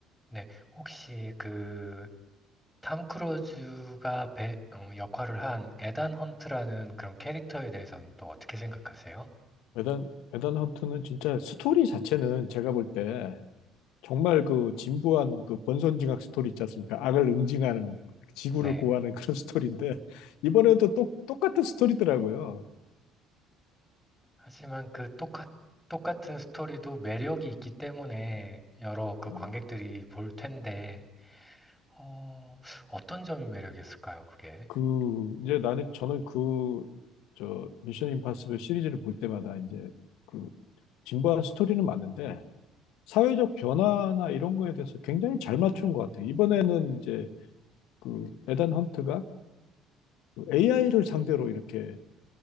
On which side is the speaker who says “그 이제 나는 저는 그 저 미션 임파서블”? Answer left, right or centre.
Left